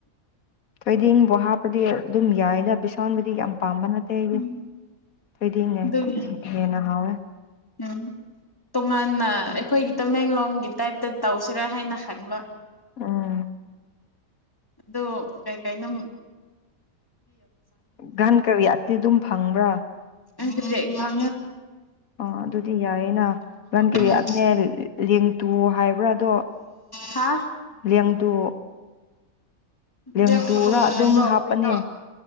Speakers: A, on the left; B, on the left.
A: ꯊꯣꯏꯗꯤ ꯏꯪꯕ ꯍꯥꯞꯄꯗꯤ ꯑꯗꯨꯝ ꯌꯥꯏꯅ ꯕꯤꯁꯣꯟꯕꯨꯗꯤ ꯌꯥꯝ ꯑꯄꯥꯝꯕ ꯅꯠꯇꯦ ꯑꯩꯦ
B: ꯎꯝ
A: ꯊꯣꯏꯗꯤꯅꯦꯦ
B: ꯑꯗꯨꯒꯤ
A: ꯍꯦꯟꯅ ꯍꯥꯎꯋꯦ
B: ꯎꯝ ꯇꯣꯉꯥꯟꯅ ꯑꯩꯈꯣꯏꯒꯤ ꯇꯃꯦꯡꯂꯣꯡꯒꯤ ꯇꯥꯏꯞꯇ ꯇꯧꯁꯤꯔꯥ ꯍꯥꯏꯅ ꯈꯪꯕ
A: ꯑꯥ
B: ꯑꯗꯣ ꯀꯩꯀꯥꯏꯩꯅ
A: ꯒꯥꯟ ꯀꯔꯤ ꯑꯠꯇꯤ ꯑꯗꯨꯝ ꯐꯪꯕ꯭ꯔꯥ
B: ꯉꯦ ꯍ
A: ꯑ ꯑꯗꯨꯗꯤ ꯌꯥꯏꯌꯦ ꯅ ꯀ
B: ꯎꯝ
A: ꯇꯨ ꯍꯥꯏ ꯕ꯭ꯔꯥꯗꯣ
B: ꯍꯥ
A: ꯂꯦꯡꯗ ꯂꯦꯡꯇꯨꯔꯥ
B: ꯂꯦꯡ ꯄꯔꯨꯛ
A: ꯑꯗꯨꯝ
B: ꯍꯥꯏꯕ꯭ꯔꯣ
A: ꯍꯥꯞꯄꯅꯦ
B: ꯀꯔꯤꯅꯣ